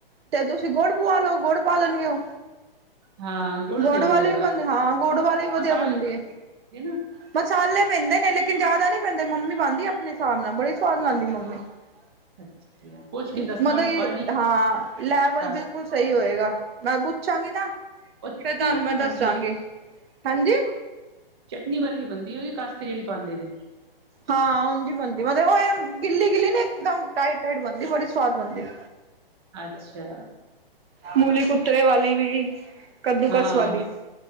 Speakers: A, on the right; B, on the right.
A: ਤੇ ਤੁਸੀਂ ਗੁੜ ਪਵਾ ਲੋ। ਗੁੜ ਪਾ ਦੇਣਗੇ ਓ।
B: ਹਾਂ
A: ਗੁੜ
B: ਸਹੀ
A: ਵਾਲੀ
B: ਰਹੇਗਾ
A: ਵੀ ਬਣਦੇ ਹਾਂ ਗੁੜ ਵਾਲੀ ਵੀ ਵਧੀਆ
B: ਮਸਾਲੇ
A: ਬਣਦੀ ਹੈ
B: ਪਾਉਂਦੇ ਨਾ
A: ਪਛਾਲੇ ਪੈਂਦੇ ਨੇ ਲਿਕ ਲੇਕਿਨ ਜਿਆਦਾ ਨੀ ਪੈਂਦਾ, ਮੰਮੀ ਪਾਂਦੀ ਆਪਣੇ ਹਿਸਾਬ ਨਾਲ ਬੜੀ ਸਵਾਦ ਬਣਾਦੀ ਮੰਮੀ। <unintelligible>
B: ਅੱਛਾ ਪੁੱਛ ਕੇ ਦੱਸਣਾ
A: ਹਾਂ
B: ਮੈਂ ਪਾਣੀ
A: ਲੈਵਲ
B: ਕਸ
A: ਬਿਲਕੁਲ ਸਹੀ ਹੋਏਗਾ ਮੈਂ ਪੁੱਛਾਂਗੀ ਨਾ
B: ਉਹ ਚਟਨੀ
A: ਫੇਰ ਤੁਹਾਨੂੰ
B: ਵਰਗੀ
A: ਮੈਂ ਦੱਸਾਂਗੀ।
B: ਬਣਦੀ ਹੋਏ
A: ਹਾਂਜੀ
B: ਚਟਨੀ ਵਰਗੀ ਬਣਦੀ ਹੋਗੀ ਕਸਕ ਜਿਹੜੀ ਪਾਂਦੇ ਨੇ।
A: ਹਾਂ ਉਝ ਈ ਬਣਦੀ ਮਤਲਬ ਉਹ ਏ ਗਿੱਲੀ- ਗਿੱਲੀ ਨੀ ਇਕਦਮ ਟਾਈਟ-ਟਾਈਟ ਬਣਦੀ ਬੜੀ ਸਵਾਦ ਬਣਦੀ।
B: ਅੱਛਾ
A: ਮੂਲੀ ਕੁੂਤਰੇ ਵਾਲੀ ਵੀ ਕੱਦੂਕਸ
B: ਹਾਂ
A: ਵਾਲੀ